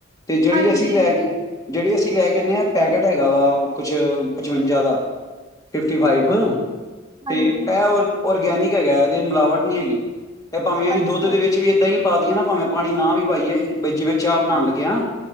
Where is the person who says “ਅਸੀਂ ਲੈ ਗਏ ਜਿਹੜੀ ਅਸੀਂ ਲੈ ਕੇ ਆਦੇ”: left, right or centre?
Left